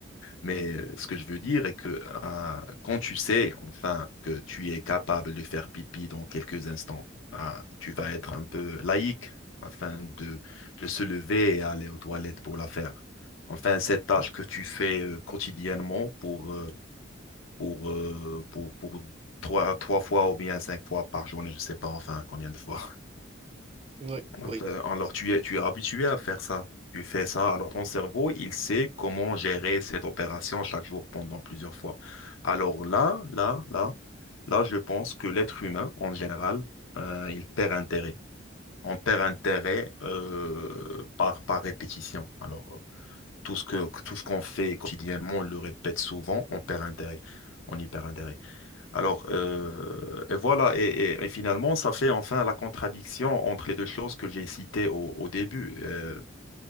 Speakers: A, on the left; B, on the right.
A: mais ce que je veux dire est que hein, quand tu sais enfin que tu es capable de faire pipi dans quelques instants, hein, tu vas être un peu laïque afin de, de se lever et aller aux toilettes pour la faire. Enfin, cette tâche
B: Mhm.
A: que tu fais euh, quotidiennement pour, euh, pour, euh, pour, pour trois, trois fois ou bien cinq fois par journée, je ne sais pas enfin combien de fois.
B: oui,
A: Euh,
B: oui.
A: ben, Alors, tu es, tu es habitué à faire ça. Tu fais ça. Alors, ton cerveau, il sait comment gérer cette opération chaque jour pendant plusieurs fois. Alors là, là, là, là, je pense que l'être humain, en général, euh, il perd intérêt. On perd intérêt euh, par, par répétition. Alors, euh, tout ce que, tout ce qu'on fait quotidiennement, on le répète souvent, on perd intérêt. On y perd intérêt. Alors, euh, et voilà, et, et- et finalement, ça fait enfin la contradiction entre les deux choses que j'ai citées au, au début. Euh,